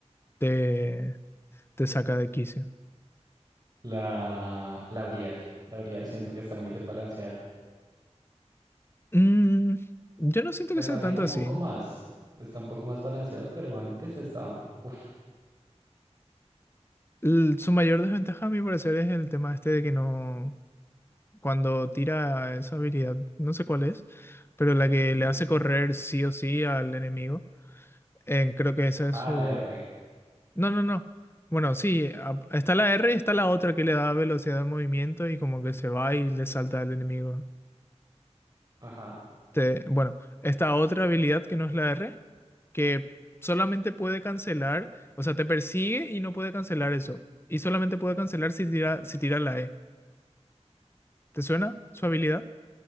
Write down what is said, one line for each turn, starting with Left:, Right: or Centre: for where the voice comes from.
Left: te, te saca de quicio?
Right: La, la Briar. La Briar siento que está muy desbalanceada.
Left: Mm, yo no siento
Right: Pues
Left: que sea
Right: ahorita
Left: tanto
Right: un
Left: así.
Right: poco más. Está un poco más balanceado, pero antes estaba. Uf.
Left: L- su mayor desventaja, a mi parecer, es el tema este de que no. Cuando tira esa habilidad, no sé cuál es, pero la que
Right: Ujú.
Left: le hace correr sí o sí al enemigo. eh, creo que esa es
Right: Ah,
Left: su.
Right: la R.
Left: No, no, no. Bueno, sí, a- está la R y está la otra que le da velocidad de movimiento y como que se va y le salta al enemigo.
Right: Ajá.
Left: Te- bueno, esta otra habilidad que no es la R, que solamente puede cancelar, o sea, te persigue y no puede cancelar eso. Y solamente puede cancelar si tira, si tira la E. ¿Te suena su habilidad?